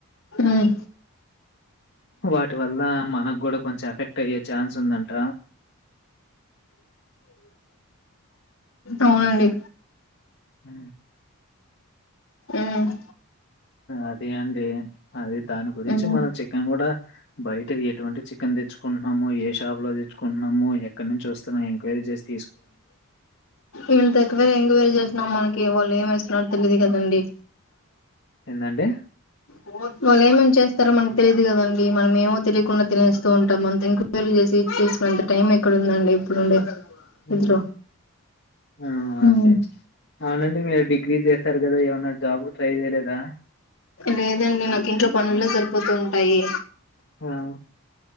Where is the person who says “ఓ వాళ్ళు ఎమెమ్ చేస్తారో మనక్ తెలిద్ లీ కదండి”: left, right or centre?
Left